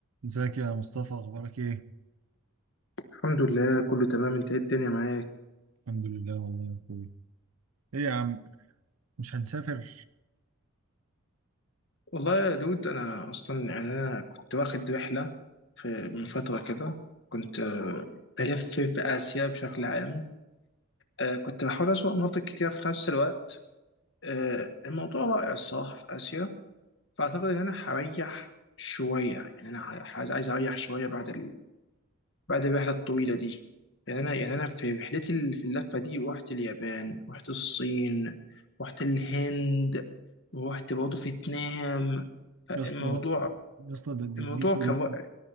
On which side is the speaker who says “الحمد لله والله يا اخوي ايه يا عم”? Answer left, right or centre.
Right